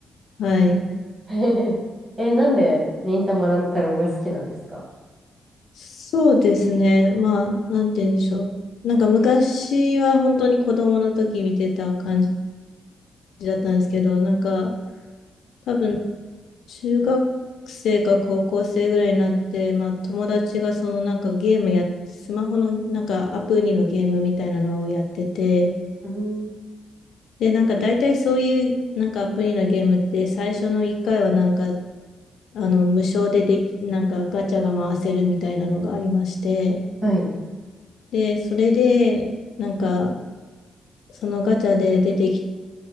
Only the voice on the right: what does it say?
<laughs> えー、なんで忍たま乱太郎が好きなんですか
うん。
はい。